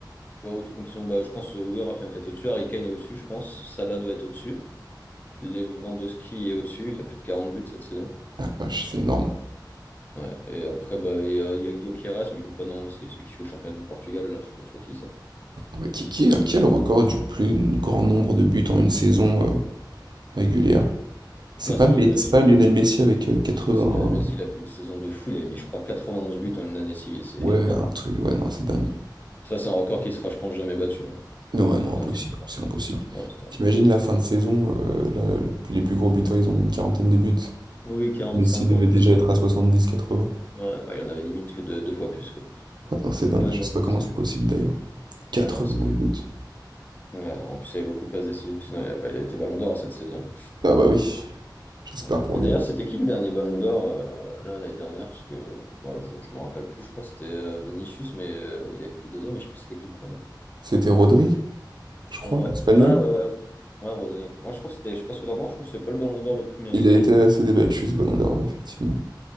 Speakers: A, on the left; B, on the right.
A: Wow, autocompétition, bah, je pense, euh, oui, Rafinha est peut-être au-dessus. Harry Kane est au-dessus, je pense. Salah doit être au-dessus. Lewandowski est au-dessus. Il a plus de 40 buts cette saison.
B: Ah, la vache, c'est énorme.
A: Ouais. Et après, bah, il y a, il y a Guillaume Queiroz, mais il joue pas dans. C'est celui qui joue au championnat du Portugal, là. Je sais pas, tu vois qui c'est.
B: Ouais, qui, qui a, qui a le record du plus grand nombre de buts en une saison euh, régulière? C'est
A: Non,
B: pas,
A: c'est
B: Me-
A: Lionel,
B: c'est
A: c'est
B: pas
A: Lionel.
B: Lionel Messi avec euh, 80...
A: Si, c'est Lionel Messi. Il a fait une saison de fou. Il a mis, je crois, 91 buts en une année civile. C'est
B: Ouais,
A: énorme.
B: un truc, ouais, non, c'est dingue.
A: Ça, c'est un record qui sera, je pense, jamais battu hein,
B: Non, ouais, non,
A: dans
B: impossible,
A: l'histoire.
B: c'est impossible.
A: Dans l'histoire
B: T'imagines
A: de.
B: la fin
A: ouais.
B: de saison, euh, là, le- les plus gros buteurs, ils ont une quarantaine de buts.
A: Oui, 40-50,
B: Messi devait
A: mais
B: déjà
A: si
B: être
A: on
B: à
A: avait-
B: 70-80.
A: ouais, bah, il y en avait limite que deux, deux fois plus, quoi.
B: Ouais, non, c'est
A: Donc,
B: dingue.
A: ouais,
B: Je
A: non,
B: sais pas
A: non,
B: comment
A: c'est
B: c'est possible d'ailleurs. quatre
A: ouais, c'est
B: dans
A: fou.
B: le but.
A: Ouais, non, en plus, il y avait beaucoup de passes décisives. Sinon, il y avait- il a été Ballon d'Or cette saison.
B: Ah bah oui, j'espère
A: Ouais.
B: pour
A: Et
B: lui
A: d'ailleurs,
B: d'ailleurs.
A: c'était qui le dernier Ballon d'Or euh, là l'année dernière? Parce que ouais, je ne me rappelle plus. Je crois que c'était euh, Vinicius, mais euh, il a fait deuxième. Mais je sais plus c'était qui le premier.
B: C'était Rodri, je crois,
A: Oh, Ouais,
B: l'espagnol.
A: ouais, ouais, ouais. Ouais, Rodri. Moi, je trouve que c'était, je sais pas ce que t'en penses, je trouve que c'est pas le Ballon d'Or le plus mérité.
B: Il a été assez débattu ce ballon d'or, ouais, effectivement.